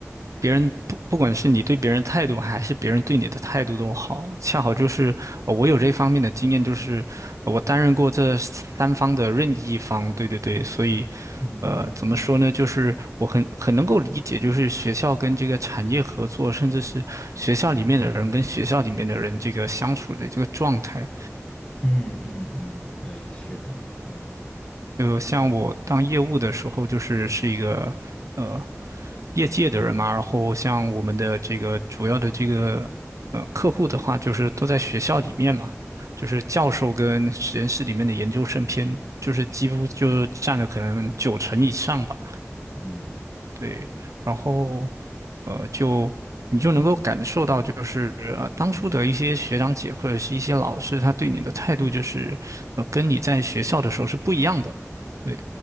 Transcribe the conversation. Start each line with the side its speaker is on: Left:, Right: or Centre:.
Right: 别人不不管是你对别人态度，还是别人对你的态度都好，恰好就是呃我有这方面的经验，就是呃我担任过这三方的任意一方，对对对，所以
Left: 嗯
Right: 呃怎么说呢，就是我很很能够理解，就是学校跟这个产业合作，甚至是学校里面的人跟学校里面的人这个相处的这个状态。
Left: 嗯嗯嗯，对，是的，嗯
Right: 就像我当业务的时候，就是是一个呃业界的人嘛，然后像我们的这个主要的这个呃客户的话，就是都在学校里面嘛，就是教授跟实验室里面的研究生偏，就是几乎就占了可能九成以上吧。
Left: 嗯，
Right: 对，然后呃就你就能够感受到，就是呃当初的一些学长姐或者是一些老师，他对你的态度就是呃跟你在学校的时候是不一样的。对。